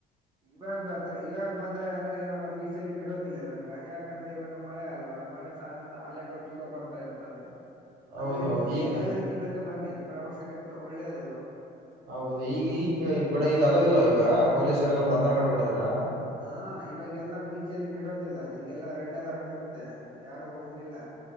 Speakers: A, on the right (about 25°); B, on the right (about 70°).
A: ಇವಾಗ ಬರ್ತಾರೆ ಇವಾಗ ಬಂದ್ರೆ ಅಂದ್ರೆ ಇವಾಗ ಬೀಚಲ್ಲಿ ಬಿಡೋದಿಲ್ಲ ಇವಾಗ ಯಾಕಂದ್ರೆ ಇವಾಗ ಮಳೆ ಅಲ್ವಾ ಮಳೆ ಅಲೆಗಳು ತುಂಬಾ ಬರ್ತಾ ಇರ್ತವೆ
B: ಹೌದೌದು
A: ಅಂದ್ರೆ ನೀವು
B: ಈಗ
A: ಜನವರಿ ತಿಂಗಳಿಗೆ ಬನ್ನಿ ಪ್ರವಾಸಕ್ಕೆ ಒಳ್ಳೇದ ಅದು
B: ಹೌದು ಈಗ ಈಗ ಬಿಡ ಈಗ ಅಲೋ ಇಲ್ಲ ಈಗ ಪೊಲೀಸರೆ ಎಲ್ಲಾ ಬಂಧನ ಮಾಡಿಬಿಟ್ಟಿದಾರ
A: ಹಾ ಇವಾಗೆಲ್ಲಾ ಬೀಚ್ಲ ಬಿಡೋದಿಲ್ಲ ಈಗೆಲ್ಲಾ ರೆಡ್ ಅಲರ್ಟ್ ಇರುತ್ತೆ ಯಾರು ಹೋಗಂಗಂಗಿಲ್ಲ